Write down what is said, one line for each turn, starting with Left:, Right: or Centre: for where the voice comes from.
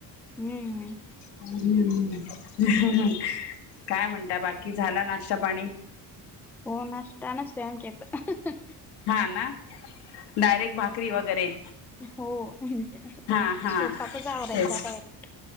Centre: हम्म.
Left: हम्म, काय म्हणता बाकी झाला नाश्ता पाणी?
Centre: हो नाश्ता नसतोय आमच्या इथं.
Left: हां ना! डायरेक्ट भाकरी वगैरे.
Centre: हो म्हणजे
Left: हा हा
Centre: स्वयंपाकच आवरायचा
Left: तेच
Centre: डायरेक्ट.